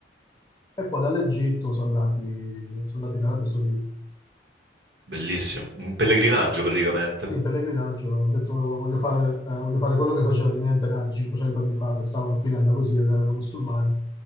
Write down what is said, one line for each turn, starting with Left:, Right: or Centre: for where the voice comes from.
Left: e poi dall'Egitto sono andati, sono andati in Arabia Saudita.
Right: Bellissimo, un pellegrinaggio
Left: Mm.
Right: praticamente.
Left: Sì, in pellegrinaggio, ho detto voglio fare, eh, voglio fare quello che facevano i miei antenati 500 anni fa, che stavano qui in Andalusia ed erano musulmani,